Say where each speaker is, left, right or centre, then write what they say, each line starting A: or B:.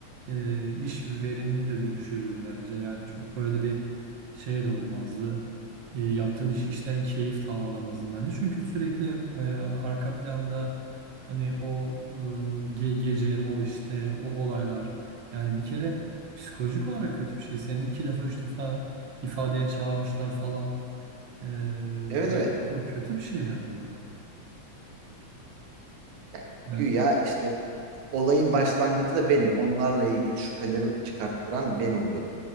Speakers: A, on the right; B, on the right.
A: e, iş verimini de dü- düşürürdü bence yani çok böyle bir şey de olmazdı E, yaptığın iş işten keyif de alamazdın bence çünkü sürekli e, arka planda hani o e, ge- gece o işte o olaylar yani bir kere psikolojik olarak kötü bir şey seni iki defa üç defa ifadeye çağırmışlar falan. Ee,
B: Evet evet.
A: Yok kötü bir şey yani bu.
B: Yani
A: Yani
B: güya işte olayın başlangıcı da benim. Onlarla ilgili şüpheleri çıkarttıran ben oluyorum.